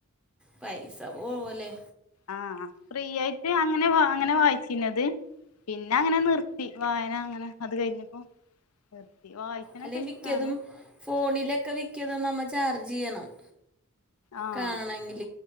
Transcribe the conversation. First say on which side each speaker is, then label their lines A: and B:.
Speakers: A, in the centre; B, on the left.
A: പൈസ പോവ്വല്ലേ?
B: ആഹ് ഫ്രീ ആയിട്ട് അങ്ങനെ വ അങ്ങനെ വായിച്ചിനത് പിന്നെ അങ്ങനെ നിർത്തി- വായന അങ്ങനെ- അത് കഴിഞ്ഞപ്പോ നിർത്തി വായിക്കാനൊക്കെ
A: അല്ല
B: ഇഷ്ടാണ്
A: മിക്കതും ഫോണിലൊക്കെ വിക്കതും നമ്മ ചാർജ് ചെയ്യണം-
B: ആഹ്
A: കാണണമെങ്കിൽ